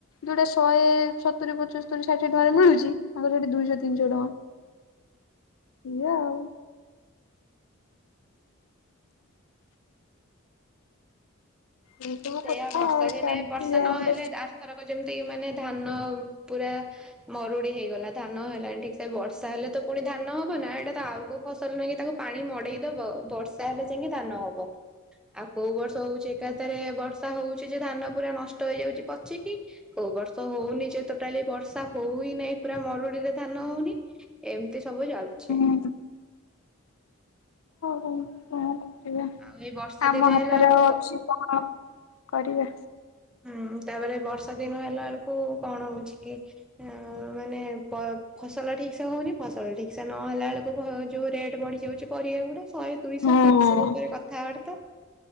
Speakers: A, on the left (about 75°); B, in the centre.
A: ଯୋଉଟା ଶହେ ସତୁରି ପଚସ୍ତରି ଷାଠିଏ ଟଙ୍କାରେ ମିଳୁଛି ତାଙ୍କର ସେଠି ଦୁଇଶହ ତିନିଶହ ଟଙ୍କା। ବଢିଆ ଆଉ। ଏଇ ସବୁ
B: ସେଇଆା
A: କଥା
B: ବର୍ଷା
A: ଆଉ
B: ଦିନେ
A: ଚାଲିଛି
B: ବର୍ଷା ନହେଲେ
A: ଆଉ
B: ଆରଥରକ ଯେମିତି ମାନେ ଧାନ ପୁରା। ମରୁଡି ହେଇଗଲା ଧାନ ହେଲାନି ଠିକ ସେ ବର୍ଷା ହେଲେ ତ ପୁଣି ଧାନ ହବ ନା ଏଇଟା ତ ଆଉ କୋଉ। ଫସଲ ନେଇକି ତାକୁ ପାଣି ମଡେଇଦବ ବର୍ଷା ହେଲେ ଯାଇକି ଧାନ ହବ। ଆଉ କୋଉ ବର୍ଷ ହଉଛି ଏକାଥରେ ବ ବର୍ଷା ହଉଛି ଯେ ଧାନ ପୁରା ନଷ୍ଟ ହେଇଯାଉଛି ପଚିକି କୋଉ ବର୍ଷ ହଉନି ଯେ ଟୋଟାଲି ବର୍ଷ। ସ ହଉ ହିଁ ନାହିଁ ପୁରା ମରୁଡି ରେ ଧାନ ହଉନି ଏମିତି ସବୁ ଚାଲିଛି।
A: ହ ହଉ ହଁ। ଆ
B: ଆଉ ଏଇ ବର୍ଷା
A: ଆମ
B: ଦିନେ
A: ହାତରେ
B: ହେଲା ବେଳକୁ
A: ଆଉ ଅଛି କଣ କରିବା।
B: ହୁଁ ତାପରେ ବର୍ଷା ଦିନ ହେଲା ବେଳକୁ କଣ ହଉଛି କି ଅ ମାନେ ଫସଲ ଠିକସେ ହଉନି ଫସଲ ଠିକସେ ନ ହେଲା ବେଳକୁ ଯୋଉ ରେଟ୍ ବଢିଯାଉଛି ପରିବା ଗୁଡା। ଶହେ, ଦୁଇଶହ,
A: ହଁ।
B: ତିନିଶହ ଉପରେ କ କଥାବାର୍ତ୍ତା,